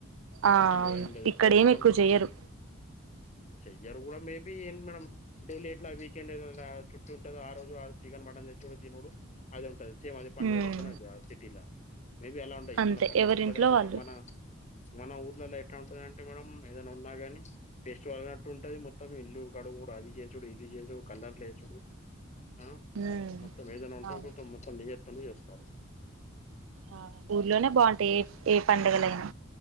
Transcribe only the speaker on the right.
ఆ
అవును
ఇక్కడ
ఏమి ఎక్కువ చెయ్యరు
ఉమ్
అంతే
ఎవరింట్లో
వాళ్ళు
ఉమ్
అవును
ఆ ఊర్లోనే బాగుంటాయి
ఏ ఏ పండగలైనా